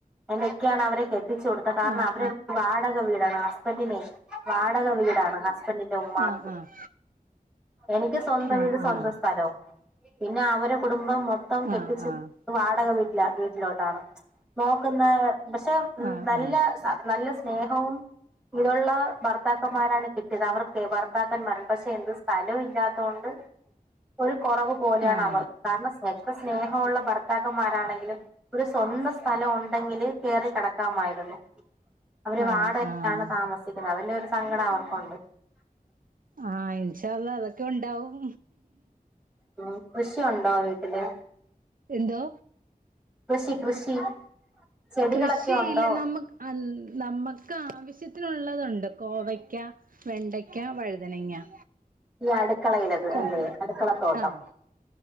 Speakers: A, in the centre; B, on the right (about 65°).
A: എന്റെ ഒക്കെയാണ അവരെ കെ ത്തിച്ച കൊടുത്ത കാരണം
B: ആഹ് ആഹ് ആഹ് ആഹ്
A: അവരു വാടക വീടണം ഹസ്ബന്റിെനെ വാടക വീടാണ് ഹസ്ബന്റിന്റെ ഉമ്മാക്ക്
B: ആഹ് ആഹ് ആഹ്
A: എനിക്ക് സ്വന്തം
B: ആഹ്
A: വീട് സ്വന്തം
B: ആഹ്
A: സ്ഥലോം പിന്നെ അവരെ ്പ മൊത്തം കെട്ടിിച്ചി
B: ആഹ് ആഹ്
A: വാടക വിട്ട് ഇല്ല വീട്ടിലോട്ടാണ് നോക്കുന്ന പക്ഷെ ഉ
B: ആഹ്
A: നല്ല
B: ആഹ്
A: നല്ല സ്നേഹവും ഇതുള്ള ഭർത്താക്കന്മാരാണ് കിട്ടിയത് അവർക്ക് ഭർത്താക്കാന്മാർ പക്ഷേ എന്ത് സ്ഥലോ ഇല്ലാത്തോണ്ട് ഒരു കുറവ് പോലെയാണ്
B: ആഹ്
A: അവർ കാരണം സ്ഥ എത്ര സ്നേഹമുള്ള ഭർത്താക്കന്മാരാണെങ്കിലും ഒരു സ്വന്തം സ്ഥലം ഉണ്ടെങ്കില് കേറി കിടക്കാമായിരുന്നു അവര്
B: ആഹ്
A: വാടകക്കാണ്
B: ആഹ്
A: താമസിക്കുന്നത് അവന്റെ ഒരു സങ്കടം അവ ക്കുണ്ട്
B: ആ ഇൻഷാ അള്ളാഹ് അതൊക്കെ ഉണ്ടാവും
A: ഉം ശ്ശിയുണ്ടോ വീട്ടില്
B: എന്തോ
A: കൃഷി കൃഷി ചെടികളൊക്കെ
B: കൃഷിയില്ല
A: ഉണ്ടോ
B: നമ്മക്ക് അൽ നമുക്ക് ആവശ്യത്തിനുള്ളതുണ്ട് കോവയ്ക്ക വെണ്ടയ്ക്ക വഴുതനങ്ങ
A: ഇല്ല അടുക്കളയിലത്
B: കോ
A: അല്ലേ അടുക്കളത്തോട്ടം
B: ആഹ്